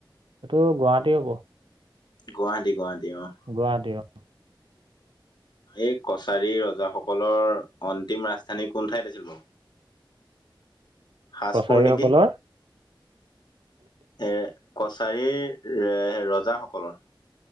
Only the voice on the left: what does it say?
গুৱাহাটী গুৱাহাটী অ'।
এই কছাৰী ৰজাসকলৰ অন্তিম ৰাজধানী কোন ঠাইত আছিল বাৰু? সাজপুৰ
নেকি? এ, কছাৰীৰ এ' ৰজাসকলৰ।